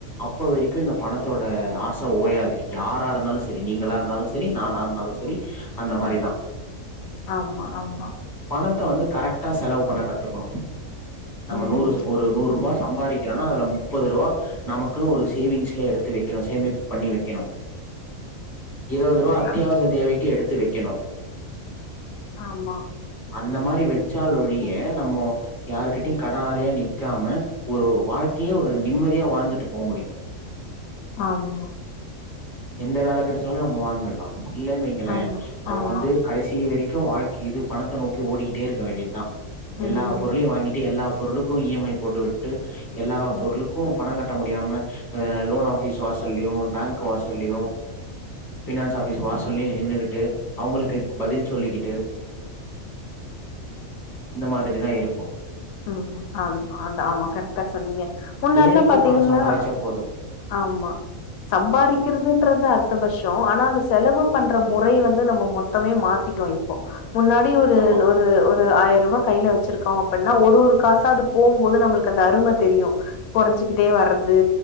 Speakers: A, on the left; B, on the left.
A: அப்போ வரைக்கும் இந்த பணத்தோட ஆச ஓயாது யாரா இருந்தாலும் சரி நீங்களா இருந்தாலும் சரி நானா இருந்தாலும் சரி அந்த மாரிதான்
B: ம். ஆமா ஆமா
A: பணத்த வந்து கரெக்டா செலவு பண்ண கத்துக்கணும் நம்ம
B: ம்
A: நூறு ஒரு நூறு ரூபா சம்பாதிக்கிறோம்னா அதுல முப்பது ரூபா் நமக்குன்னு ஒரு சேவிங்ஸ்ல எடுத்து வக்கணும் சேமிப்பு பண்ணி வக்கணும் இருபது ரூபா அத்தியாவசிய
B: ஆ-
A: தேவைக்கு எடுத்து வக்கணோம்
B: ஆமா
A: அந்த மாரி வச்சால் ஒழிய நம்ம யாருகிட்டயும் கடனாலியா நிக்காம ஒரு வாழ்க்கையே ஒரு நிம்மதியா வாழ்ந்துட்டு போ முடியும்
B: ஆமா
A: எந்த வேல கெடச்சாலும் நம்ம வாழ்ந்துறலாம் இல்லன்னு வைங்களேன்
B: ஆமா
A: நம்ம
B: ஆமா
A: வந்து கடைசி வரைக் இதா வாழ்க்க இது பணத்த நோக்கி ஓடிக்கிட்டே இருக்க வேண்டியது தான்
B: ம்
A: எல்லா பொருளையும் வாங்கிட்டு எல்லா பொருளுக்கும் இஎம்ஐ போட்டுவிட்டு எல்லா
B: ம்
A: பொருளுக்கும் பணங்க கட்ட முடியாம லோன் ஆபிஸ் வாசல்லயும் பேங்க் வாசல்லயும் பினான்ஸ் ஆபிஸ் வாசல்லயும் நின்னுகிட்டு அவங்களுக்கு பதில் சொல்லிக்கிட்டு இந்த மாதிரிதான் இருக்கும்
B: உம் ஆமா அதான் ஆமா கரெக்டா சொன்னீங்க முன்னாடிலா
A: தேவைக்கு
B: பாத்தீங்கன்னா
A: பணோ சம்பாதிச்சா போது
B: ஆமா சம்பாரிக்கிறதுன்றது அர்த்தபட்ஷம் ஆனா அந்த செலவு பண்ற முறை வந்து நம்ம மொத்தமே மாத்திட்டோம் இப்போ முன்னாடி ஒரு
A: ஆமா
B: ஒரு ஒரு ஆயிரூபா கைல வச்சிருக்கோம் அப்டின்னு ஒரு ஒரு காசா அது போம்போது நம்மளுக்கு அந்த அரும தெரியும் கொறஞ்சுக்கிட்டே வர்றது